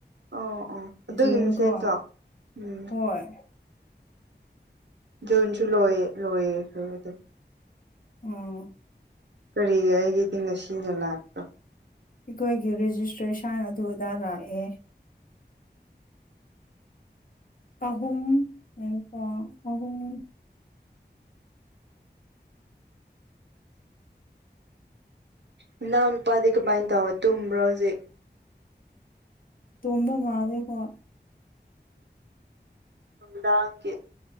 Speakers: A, on the right; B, on the left.
A: ꯑꯣ ꯑꯣ ꯑꯗꯨꯒꯤ
B: ꯖꯨꯟꯒꯣ
A: ꯃꯦꯁꯦꯖꯇꯣ ꯎꯝ
B: ꯍꯣꯏ
A: ꯖꯟꯁꯨ ꯂꯣꯏ ꯂꯣꯏꯗꯤ
B: ꯎꯝ
A: ꯀꯔꯤꯒꯒꯤꯗꯤ ꯉꯁꯤꯅ ꯂꯥꯛꯥꯛꯀ
B: ꯑꯩꯈꯣꯏꯒꯤ ꯔꯦꯖꯤꯁꯇ꯭ꯔꯦꯁꯟ ꯑꯗꯨꯗ ꯂꯥꯛꯑꯦ ꯑꯍꯨꯝ ꯌꯦꯀ ꯑꯍꯨꯝꯨꯝ
A: ꯅꯅꯥꯎꯟꯄꯥꯗꯀ ꯄꯥꯏ ꯇꯕꯣ ꯇ ꯔꯣꯖꯦ
B: ꯇꯣꯡꯝꯕ ꯃꯥꯗꯦ ꯐ
A: ꯍꯗꯀꯦ